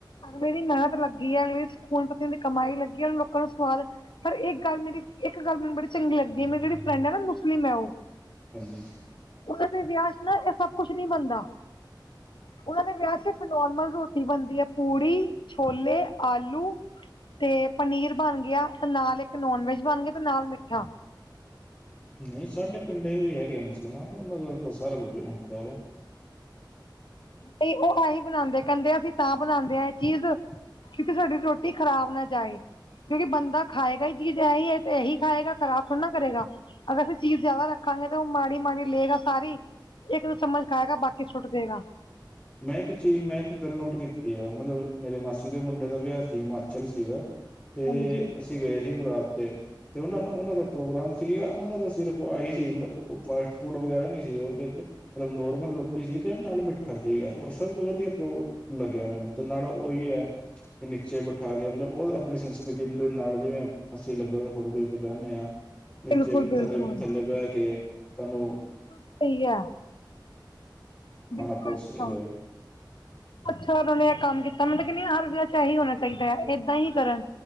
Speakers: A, on the left (about 80°); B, on the left (about 15°).
A: ਅਗਲੇ ਦੀ ਮੇਨਤ ਲੱਗੀ ਏ, ਅਗਲੇ ਦੀ ਖੂਨ ਪਸਿਨੇ ਦੀ ਕਮਾਈ ਲੱਗੀ ਏ, ਲੋਕਾਂ ਨੂੰ ਸਵਾਦ ਪਰ ਏਕ ਗੱਲ ਮੇਰੀ ਏਕ ਗੱਲ ਮੈਨੂੰ ਬੜੀ ਚੰਗੀ ਲੱਗੀਦੀ ਏ, ਮੇਰੀ ਜੇੜੀ ਫਰੈਂਡ ਏ ਨਾ ਮੁਸਲਿਮ ਏ ਉ।
B: ਹਾਂਜੀ।
A: ਉਨਾਂ ਦੇ ਵਿਆਹ ਚ ਨਾ ਏ ਸਬ ਕੁਛ ਨੀ ਬਣਦਾ‌ ਉਨਾਂ ਦੇ ਵਿਆਹ ਚ ਸਿਰਫ ਨੋਰਮਲ ਰੋਟੀ ਬਣਦੀ ਏ ਪੂੜੀ, ਛੋਲੇ, ਆਲੂ। ਤੇ ਪਨੀਰ ਬਣ ਗੇਆ, ਤੇ ਨਾਲ ਇੱਕ ਨੋਨ ਵੈਜ ਬਣ ਗੇਆ, ਤੇ ਨਾਲ ਮਿੱਠਾ।
B: ਨਹੀਂ ਸਾਡੇ ਪਿੰਡ ਵੀ ਹੈਗੇ ਐ ਮੁਸਲਮਾਨ, ਉਹਨਾਂ ਦਾ ਤਾਂ ਸਾਰਾ ਕੁੱਝ ਹੁੰਦਾ ਵਾ।
A: ਨਈ ਉਹ ਆਹੀ ਬਣਾਉਂਦੇ, ਕਹਿੰਦੇ ਅਸੀਂ ਤਾਂ ਬਣਾਉਦੇ ਐ ਇਹ ਚੀਜ਼, ਕਿਉਕਿ ਸਾਡੀ ਰੋਟੀ ਖਰਾਬ ਨਾ ਜਾਏ। ਕਿਉਂਕਿ ਬੰਦਾ ਖਾਏਗਾ ਹੀ ਚੀਜ਼, ਇਹੀ ਹੈ ਤੇ ਇਹੀ ਖਾਏਗਾ ਖਰਾਬ ਥੋੜਾ ਨਾ ਕਰੇਗਾ। ਅਗਰ ਅਸੀਂ ਚੀਜ਼ ਜ਼ਿਆਦਾ ਰੱਖਾਂਗੇ, ਤੇ ਉਹ ਮਾੜੀ-ਮਾੜੀ ਲਏਗਾ ਸਾਰੀ, ਇੱਕ ਦੋ ਚਮਚ ਖਾਏਗਾ, ਬਾਕੀ ਸੁੱਟ ਦੇਗਾ।
B: ਮੈਂ ਇੱਕ ਚੀਜ਼ ਮੈਂ ਇੱਕ ਗੱਲ ਨੋਟ ਕੀਤੀ ਆ, ਮਤਲਬ ਮੇਰੇ ਮਾਸੀ ਦੇ ਮੁੰਡੇ ਦਾ ਵਿਆਹ ਸੀ, ਹਿਮਾਚਲ ਸੀਗਾ। ਤੇ
A: ਹਾਂਜੀ
B: ਅਸੀਂ ਗਏ ਸੀ ਬਰਾਤ ਤੇ, ਅਤੇ ਉਹਨਾਂ ਨੂੰ ਉਹਨਾਂ ਦਾ ਪ੍ਰੋਗਰਾਮ ਸੀਗਾ, ਉਹਨਾਂ ਦਾ ਸਿਰਫ ਆਹੀ ਸੀ, ਮਤਲਬ ਫਾਸਟ ਫੂਡ ਵਗੈਰਾ ਨਹੀਂ ਸੀ ਉਹਦੇ ਮਤਲਬ ਨੋਰਮਲ ਰੋਟੀ ਸੀ, ਤੇ ਨਾਲ ਮਿੱਠਾ ਸੀਗਾ, ਉਹ ਸਭ ਤੋਂ ਵਧੀਆ ਪ੍ਰ ਲੱਗਿਆ ਮੈਨੂੰ, ਤੇ ਨਾਲ ਉਹੀ ਹੈ। ਤੇ ਨੀਚੇ ਬਿਠਾ ਕੇ, ਮਤਲਬ ਉਹ ਆਪਣੀ ਸੰਸਕ੍ਰਿਤੀ ਦੇ ਨਾਲ ਜਿਵੇਂ, ਅਸੀਂ ਲੰਗਰ ਦੇ ਹਾਲ ਦੇ ਵਿੱਚ ਬਹਨੇ ਆਂ। ਨੀਚੇ
A: ਬਿਲਕੁਲ ਬਿਲਕੁਲ
B: ਥੱਲੇ-ਥੱਲੇ ਬਹਿ ਕੇ, ਸਾਨੂੰ
A: ਸਹੀ ਹੈ
B: ਖਾਣਾ
A: ਬਿਲਕੁਲ
B: ਪਰੋਸ
A: ਅੱਛਾ,
B: ਰਿਹਾ।
A: ਅੱਛਾ ਨਾਂ ਨੇ ਇੱਕ ਕੰਮ ਕੀਤਾ, ਮੈਂ ਤੇ ਕਹਿੰਨੀ ਆਂ ਹਰ ਵਿਆਹ ਚ ਇਹੀ ਹੋਣਾ ਚਾਹੀਦਾ ਹੈ, ਏਦਾਂ ਹੀ ਕਰਨ